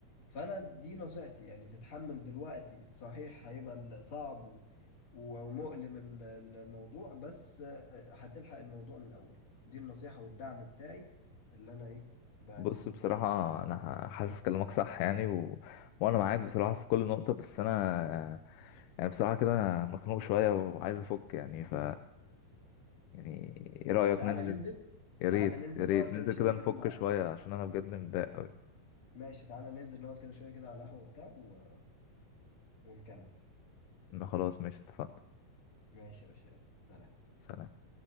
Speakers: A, on the left; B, on the left.
A: فانا دي نصيحتي يعني تتحمل دلوقتي صحيح هيبقى ال- صعب و- و- ومؤلم ال- ال- الموضوع بس آه، هتلحق الموضوع من اول دي النصيحة والدعم بتاعي اللي انا ايه بقدمه
B: بص بصراحة
A: لك
B: أنا حاسس كلامك صح يعني و... وأنا معاك بصراحة في كل نقطة بس أنا يعني بصراحة كده أنا مخنوق شوية وعايز أفك يعني ف يعني إيه رأيك
A: تعالى
B: ننزل
A: ننزل
B: يا
A: تعالى
B: ريت
A: ننزل
B: يا ريت
A: نقعد كده
B: ننزل
A: شوية
B: كده نفك
A: كده مع
B: شوية عشان أنا بجد متضايق أوي
A: ماشي تعالى ننزل نقعد كده شوية كده على القهوة وبتاع و... ونكمل
B: إن خلاص ماشي اتفقنا
A: ماشي يا باشا يلا سلام
B: سلام